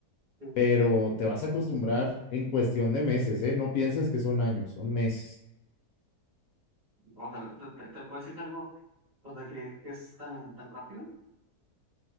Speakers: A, on the right; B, on the left.
A: sí.
B: pero te vas a acostumbrar en cuestión de meses, ¿eh? No pienses que son años, son meses.
A: O sea, t- t- tal cual si es algo, o sea, que, que es tan, tan rápido,